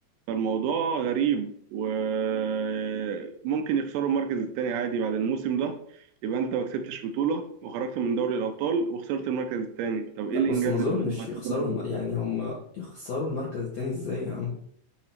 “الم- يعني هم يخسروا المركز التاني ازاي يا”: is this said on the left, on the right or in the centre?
Left